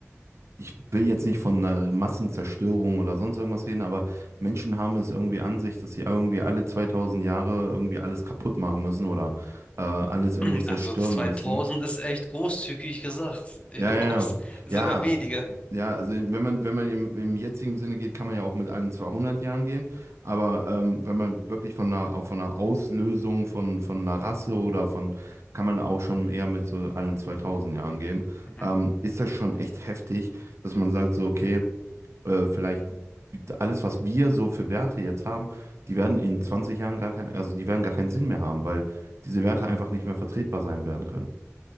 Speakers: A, on the right (about 60°); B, on the left (about 25°).
A: ich will jetzt nicht von einer Massenzerstörung oder sonst irgendwas reden, aber Menschen haben es irgendwie an sich, dass sie irgendwie alle 2000 Jahre irgendwie alles kaputt machen müssen oder äh, alles irgendwie
B: <clears throat>
A: zerstören
B: Also 2000
A: müssen.
B: ist echt großzügig gesagt. <laughs>
A: Ja, ja,
B: Sogar
A: ja,
B: weniger.
A: ja, also wenn man, wenn man im, im jetzigen Sinne geht, kann man ja auch mit allen 200 Jahren gehen, aber ähm, wenn man wirklich von einer, auch von einer Auslösung von, von einer Rasse oder von, kann man auch schon eher mit so allen 2000 Jahren gehen,
B: Mhm.
A: ähm, ist das schon echt heftig, dass man sagt so, okay, äh, vielleicht alles, was wir so für Werte jetzt haben, die werden in 20 Jahren gar keinen, also die werden gar keinen Sinn mehr haben, weil diese Werte einfach nicht mehr vertretbar sein werden können.